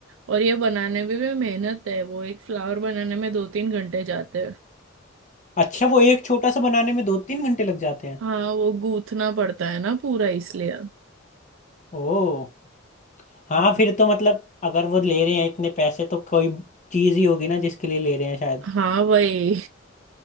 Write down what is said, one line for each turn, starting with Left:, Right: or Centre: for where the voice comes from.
Right: और ये बनाने में भी मेहनत है वो एक फ्लावर बनाने में दो तीन घंटे जाते हैं
Left: अच्छा वो एक छोटा सा बनाने में दो तीन घंटे लग जाते हैं
Right: हाँ वो गूंथना पड़ता है ना पूरा इसलिए
Left: ओ हाँ
Right: हाँ
Left: फिर तो मतलब अगर वो ले रहे हैं इतने पैसे तो कोई चीज ही होगी ना जिसके लिए ले रहे हैं शायद
Right: हाँ वही